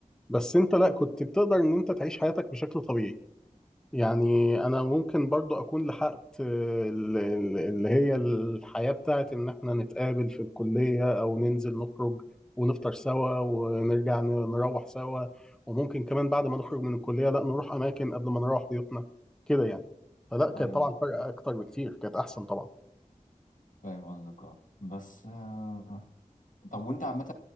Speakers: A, in the centre; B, on the left (about 85°).
A: بس أنت لا كنت بتقدر إن أنت تعيش حياتك بشكل طبيعي يعني انا ممكن برضو اكون لحقت آه، ال- ال- اللي هي الحياة بتاعت ان احنا نتقابل في الكلية او ننزل نخرج ونفطر سوا ونرجع ن- نروح سوا وممكن كمان بعد ما نخرج من الكلية لا نروح اماكن قبل ما نروح بيوتنا كده يعني فلا كانت
B: فاهم
A: طبعا
B: قصدك
A: فرق اكتر بكتير كانت احسن طبعا
B: فاهم قصدك اه بس آه، طب وانت عامة